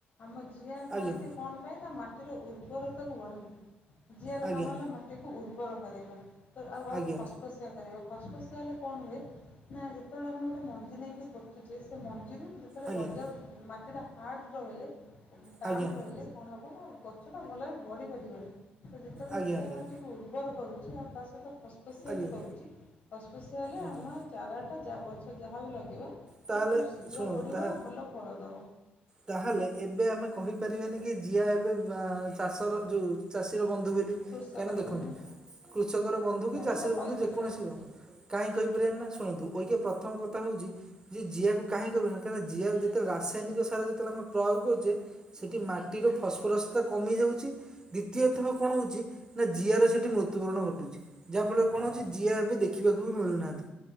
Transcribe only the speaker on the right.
ଆଜ୍ଞା
ଆଜ୍ଞା
ଆଜ୍ଞା
ଆଜ୍ଞା
ଆଜ୍ଞା ଆଜ୍ଞା
ଆଜ୍ଞା
ଆଜ୍ଞା
ଆଜ୍ଞା
ଆଜ୍ଞା
ଆଜ୍ଞା
ତାହେଲେ
ଶୁଣନ୍ତୁ
ତାହା
ତାହେଲେ ଏବେ ଆମେ କହିପାରିବାନି କି ଜିଆ ଏବେ ବା ଚାଷର ଯୋଉ ଚାଷୀର ବନ୍ଧୁ ବୋଲି।
କାହିଁକି ନା ଦେଖନ୍ତୁ
କୃଷକର ବନ୍ଧୁ କି
ଚାଷୀର
ବନ୍ଧୁ ଯେକୌଣସି ବି ହୋଉ। କାହିଁ କହିପାରିବାନି ନା ଶୁଣନ୍ତୁ ଓଇକିୟୋ ପ୍ରଥମ କଥା ହୋଉଚି। ଯିଏ ଜିଆକୁ କାହିଁ କହିପାରୁନ କାହିଁକି ଜିଆ ଯେତେବେ ରାସାୟନିକ ସାର ଯେତେବେଳେ ଆମେ ପ୍ରୟୋଗ କରୁଚେ। ସେଠି ମାଟିରୁ ଫସଫରସତା କମି ଯାଉଚି। ଦ୍ଵିତୀୟତଃ କଣ ହୋଉଚି ନା ଜିଆର ସେଠି ମୃତ୍ୟୁବରଣ ଘଟୁଚି। ଯାହା ଫଳରେ କଣ
ହୋଉଚି। ଜିଆ ଏବେ ଦେଖିବାକୁ ବି ମିଳୁନାହାନ୍ତି।